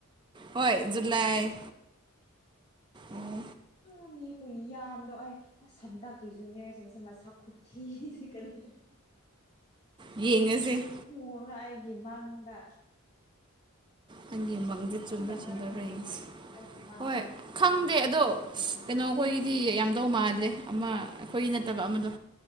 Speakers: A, on the right; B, on the left.
A: ꯍꯣꯏ ꯖꯨꯂꯥꯏ ꯑꯣ
B: ꯑꯥ ꯃꯤ ꯍꯨꯏ ꯌꯥꯝꯗꯣ ꯑꯩ ꯑꯁ ꯍꯟꯗꯛꯀꯤꯁꯨꯨꯅꯤꯌꯥꯏꯁꯤꯡꯁꯦ ꯃꯁꯛ ꯈꯨꯊꯤ ꯀꯔꯤ
A: ꯌꯦꯡꯉꯁꯦ
B: ꯏ ꯃꯔ ꯉꯥꯏ ꯃꯥꯡꯗ
A: ꯍꯪꯒꯤ ꯃꯪꯗꯤ ꯆꯨꯝꯕ꯭ꯔꯥ
B: ꯌꯥꯝꯔꯝꯃꯤꯅꯦ
A: ꯆꯨꯝꯗ꯭ꯔꯥ ꯔꯁ
B: ꯍꯟꯗꯛꯁꯦ ꯑꯩꯒꯤ ꯃꯪꯗꯗꯤ
A: ꯍꯣꯏ ꯈꯪꯗꯦ ꯑꯗꯣ ꯀꯩꯅꯣ ꯑꯩꯈꯣꯏꯒꯤꯗꯤ ꯌꯥꯝꯗꯧ ꯃꯥꯜꯂꯦ ꯑꯃ ꯑꯩꯈꯣꯏꯒꯤ ꯅꯠꯇꯕ ꯑꯃꯗꯣ